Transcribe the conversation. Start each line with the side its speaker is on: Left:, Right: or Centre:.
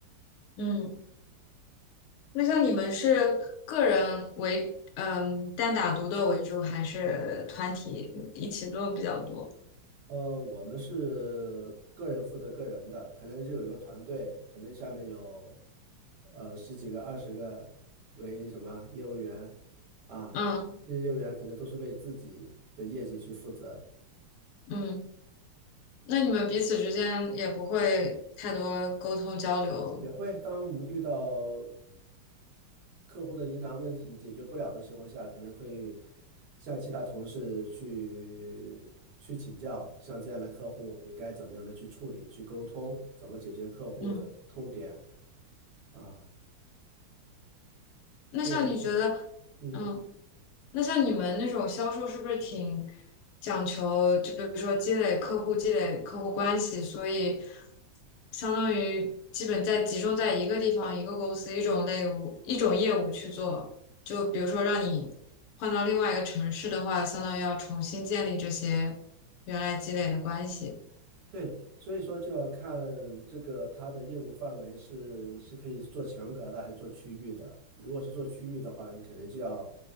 Left: 嗯。那像你们是个人为，嗯，单打独斗为主，还是团体一起做比较多？
Right: 呃，我们是个人负责个人的，可能是有一个团队，可能下面有呃十几个、二十个为什么业务员啊，
Left: 嗯
Right: 这些业务员可能都是为自己的业绩去负责，
Left: 嗯，那你们彼此之间也不会太多沟通交流。
Right: 也会当我们遇到客户的疑难问题解决不了的情况下，可能会向其他同事去去请教，像这样的客户，我们应该怎么样的去处理、去沟通，怎么解决客户的痛点
Left: 嗯，
Right: 啊？
Left: 那像你觉得，
Right: 对我们会。嗯，
Left: 嗯。那像你们那种销售是不是挺讲求，就比如说积累客户、积累客户关系，所以相当于基本在集中在一个地方、一个公司、一种类务、一种业务去做。就比如说让你换到另外一个城市的话，相当于要重新建立这些原来积累的关系。
Right: 对，所以说就要看这个它的业务范围是是可以做全国的还是做区域的。如果是做区域的话，你肯定就要